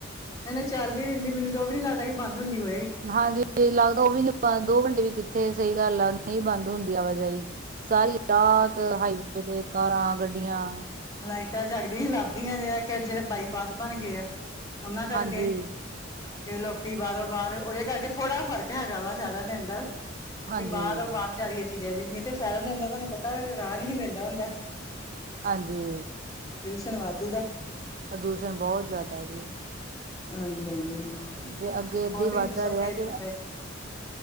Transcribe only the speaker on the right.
ਹਾਂਜੀ ਲੱਗਦਾ ਉਹ ਵੀ ਦੋ ਘੰਟੇ ਵੀ ਕਿਥੇ ਸਹੀ ਗੱਲ ਆ ਨਹੀ ਬੰਦ ਹੁੰਦੀ ਆਵਾਜਾਈ। ਸਾਰੀ ਰਾਤ ਹਾਈਵੇ ਤੇ ਕਾਰਾਂ, ਗੱਡੀਆਂ।
ਹਾਂਜੀ
ਹਾਂਜੀ
ਹਾਂਜੀ
ਪ੍ਰਦੂਸ਼ਣ ਬਹੁਤ ਜ਼ਿਆਦਾ ਜੀ।
ਜੇ ਅੱਗੇ ਏਦਾਂ
ਹੀ ਵੱਧਦਾ
ਰਿਹਾ
ਤੇ